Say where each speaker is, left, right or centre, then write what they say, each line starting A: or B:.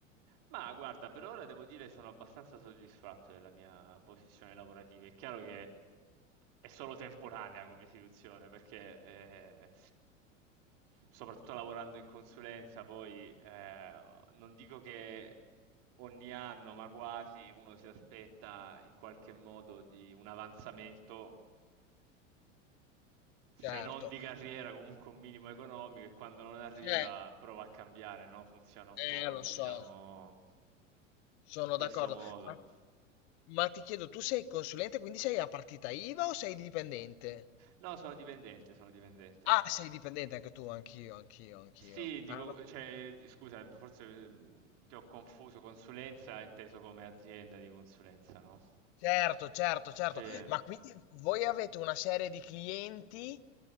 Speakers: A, on the right; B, on the left.
A: Ma guarda, per ora devo dire sono abbastanza soddisfatto della mia posizione lavorativa. È chiaro che è solo temporanea come istituzione, perché eh, soprattutto lavorando in consulenza, poi eh, non dico che ogni anno, ma quasi uno si aspetta in qualche modo di un avanzamento se
B: Certo,
A: non di carriera, comunque un minimo economico e quando non arriva
B: cioè,
A: prova a cambiare, no? Funziona un
B: eh,
A: po',
B: lo so,
A: diciamo,
B: sono
A: in questo
B: d'accordo.
A: modo.
B: Ma Ma ti chiedo, tu sei consulente, quindi sei a partita IVA o sei dipendente?
A: No, sono dipendente, sono dipendente.
B: Ah, sei dipendente anche tu, anch'io, anch'io, anch'io.
A: Sì, dico,
B: Ah, no.
A: cioè, scusa, forse mh, ti ho confuso, consulenza è inteso come azienda di consulenza, no?
B: Certo, certo, certo.
A: Sì.
B: Ma quindi voi avete una serie di clienti